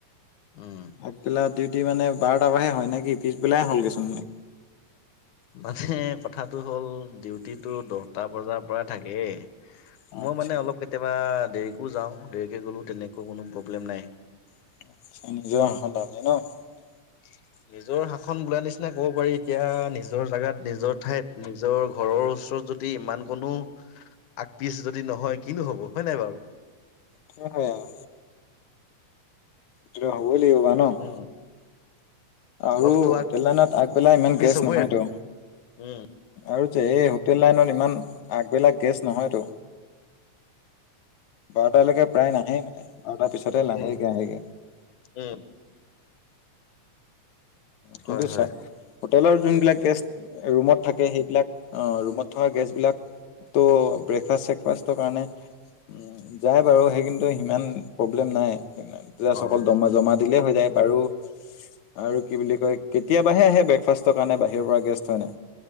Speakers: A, on the left; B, on the left.
A: উম।
B: আগবেলা দি তে মানে বাৰটা পৰাহে হয় নে কি পিছবেলাই হলগেচোন
A: মানে কথাটো হ'ল ডিউটিটো দহটা বজাৰ পৰা থাকেই মই
B: আচ্ছা
A: মানে অলপ কেতিয়াবা দেৰিকো যাওঁ দেৰিকে গ'লো তেনেকো কোনো প্ৰব্লেম নাই।
B: আচ্ছা নিজৰ <unintelligible> ন?
A: <unintelligible> নিজৰ শাসন বোলা নিচ মানে ক'ব পাৰি এতিয়া নিজৰ জাগাত নিজৰ ঠাইত নিজৰ ঘৰৰ ওচৰত যদি ইমান কোনো আগ পিচ যদি নহয় কিনো হ'ব হয় নাই বাৰু?
B: <unintelligible> হয় আও। যিয়ে হ'ক <unintelligible>
A: উম
B: আৰু
A: অলপতো
B: হোটেল লাইনত আগবেলা ইমান
A: পিছ
B: গেষ্ট
A: হ'বই
B: নহয়তো
A: উম
B: আৰু যে এই হোটেল লাইনত ইমান আগবেলা গেষ্ট নহয়তো। বাৰটালৈকে প্ৰায় নাহে মানে বাৰটাৰ পিছতে লাহেকে
A: উম
B: আহেগে।
A: উম
B: কিন্তু
A: হয় হয়
B: চা হোটেলৰ যোনবিলাক গেষ্ট ৰুমত থাকে সেইবিলাক অ, ৰুমত থকা গেষ্টবিলাকতো ব্ৰেকফাষ্ট -চেকফাষ্টৰ কাৰণে উম, যায় বাৰু সেই কিন্তু সিমান প্ৰব্লেম নাই। <unintelligible> জাষ্ট
A: অ অ
B: অকল দমা জমা দিলে হৈ যায়। বাৰু! আৰু, কি বুলি কয়, কেতিয়াবাহে আহে ব্ৰেকফাষ্টৰ কাৰণে বাহিৰৰ পৰা গেষ্ট হয় নে।